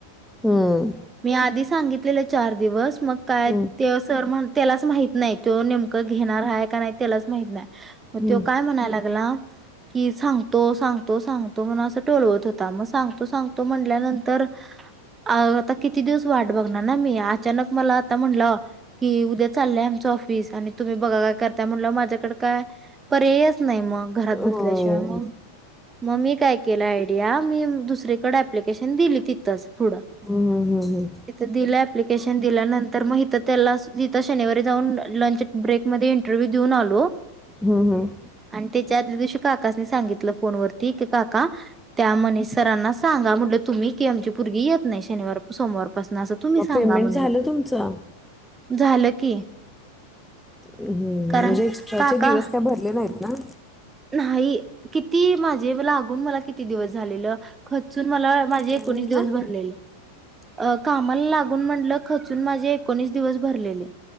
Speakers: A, in the centre; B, on the right.
A: हं.
B: मी आधी सांगितलेले चार दिवस. मग काय
A: हं.
B: ते सर म्हण त्यालाच माहित नाही तो नेमकं घेणार आहे का नाही त्यालाच माहित नाही. मग
A: हं.
B: तो काय म्हणायला लागला? की सांगतो सांगतो सांगतो म्हण असं टोलवत होता मग सांगतो सांगतो म्हण. ल्यानंतर आता किती दिवस वाट बघणार ना मी अचानक मला आता म्हंनल. कि उद्या चाललंय आमचं ऑफिस आणि तुम्ही बघा काय करताय म्हणलं माझ्याकडे काय. पर्यायच नाही मग घरात बसल्याशिवाय
A: होय.
B: मग. मग मी काय केलं आयडिया मी दुसरीकडे ऍप्लिकेशन दिली तिथंच. पुढं.
A: हम हम हम हम
B: तिथं दिलं एप्लिकेशन दिल्यानंतर मग हीत त्याला तिथं शनिवारी जाऊन लंच. ब्रेकमध्ये इंटरव्ह्यू देऊन आलो.
A: हम हम.
B: आणि त्याच्या आदल्या दिवशी काकासनी सांगितलं फोन वरती की काका. त्या मनी सरांना सांगा म्हटलं तुम्ही की आमची पोर्गी येत नाही शनिवार. सोमवारपासन असं तुम्ही
A: मग
B: सांगा
A: पेमेंट
B: म्हटल
A: झालं तुमचं?
B: झालं की.
A: हम्म
B: कारण
A: म्हणजे एक्स्ट्राचे
B: काका
A: दिवस काय भरले नाहीत ना?
B: नाही किती माझे लागून मला किती दिवस झालेलं खचून. मला माझे
A: काय
B: एकोणीस
A: म्हटला?
B: दिवस भरलेले. अ कामाला लागून म्हंटलं खचून माझे एकोणीस दिवस भरलेले.